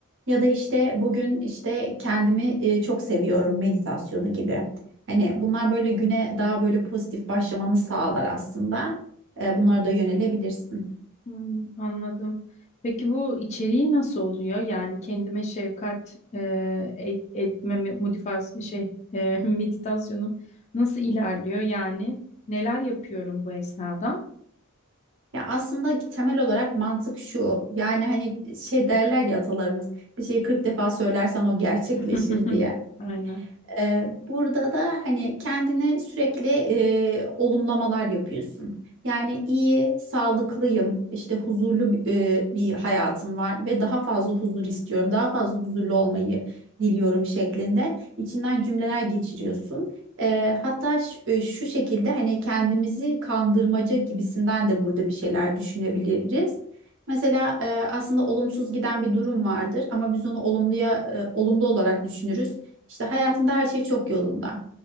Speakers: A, on the right; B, on the left.
A: Ya da işte bugün işte kendimi e, çok seviyorum meditasyonu gibi. Hani bunlar böyle güne daha böyle pozitif başlamanı sağlar aslında. E, bunlara da yönelebilirsin.
B: Hmm, anladım. Peki bu içeriği nasıl oluyor? Yani kendime şefkat e, et- etme modifas şey e, <laughs> meditasyonum nasıl ilerliyor? Yani neler yapıyorum bu esnada?
A: Ya aslında temel olarak mantık şu. Yani hani şey derler ya atalarımız bir şeyi 40 defa söylersen o gerçekleşir
B: <laughs> Hı,
A: diye.
B: Aynen.
A: Ee, burada da hani kendine sürekli e, olumlamalar yapıyorsun. Yani iyi, sağlıklıyım, işte huzurlu e, bir hayatım var ve daha fazla huzur istiyorum, daha fazla huzurlu olmayı diliyorum şeklinde içinden cümleler geçiriyorsun. Ee, hatta ş- e, şu şekilde hani kendimizi kandırmaca gibisinden de burada bir şeyler düşünebiliriz. Mesela e, aslında olumsuz giden bir durum vardır ama biz onu olumluya e, olumlu olarak düşünürüz. İşte hayatımda her şey çok yolunda.